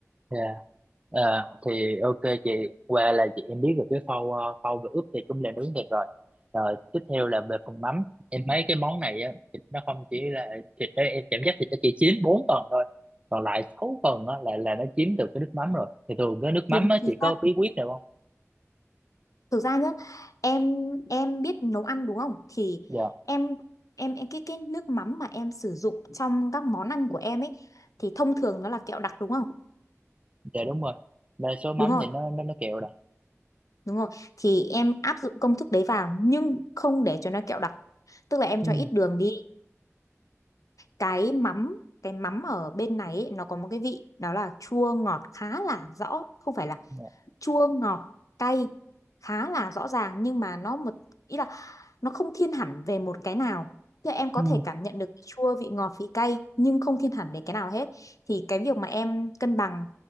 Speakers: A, on the right; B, on the left.
A: Dạ. Ờ, thì ok chị qua là chị em biết được cái khâu ờ, khâu về ướp thịt cũng là nướng thịt rồi rồi tiếp theo là về phần mắm em thấy cái món này á thịt nó không chỉ là thịt đấy, em cảm giác thịt nó chỉ chiếm 4 phần thôi còn lại 6 phần á là là nó chiếm được cái nước mắm rồi thì thường cái nước mắm
B: đúng
A: á
B: thì
A: chị có bí quyết nào không
B: thực ra nhá em em biết nấu ăn đúng không thì
A: dạ
B: em em em cái cái nước mắm mà em sử dụng trong các món ăn của em ấy thì thông thường nó là kẹo đặc đúng không
A: dạ đúng rồi đa số mắm
B: đúng rồi
A: thì nó nó nó kẹo rồi
B: đúng rồi thì em áp dụng công thức đấy vào nhưng không để cho nó kẹo đặc tức là em
A: ừ
B: cho ít đường đi cái mắm cái mắm ở bên này ấy, nó có một cái vị đó là chua ngọt khá là rõ không phải là
A: dạ
B: chua ngọt cay khá là rõ ràng nhưng mà nó một ý là nó không thiên hẳn về một cái nào thì em có
A: ừ
B: thể cảm nhận được vị chua vị ngọt vị cay nhưng không thiên hẳn đến cái nào hết thì cái việc mà em cân bằng